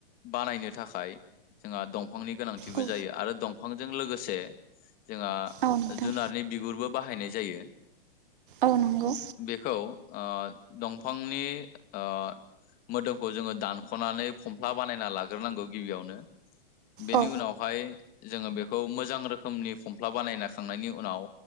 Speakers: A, on the left; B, on the right.
A: बानायनो थाखाय जोंहा दंफां फांनि गोनांथिबो
B: औ
A: जायो आरो दंफां जों लोगोसे जोंहा
B: औ नोंथां
A: जुनारनि बिगुरबो बाहायनाय जायो
B: औ नंगौ
A: बेखौ ओ दंफांनि ओ मोदोमखौ जोंङो दानखनानै फमफ्ला बानायना लाग्रोनांगौ गिबियावनो बेनि
B: औ
A: उनावहाय जोंङो बेखौ मोजां रोखोमनि फमफ्ला बानायना खांनायनि उनाव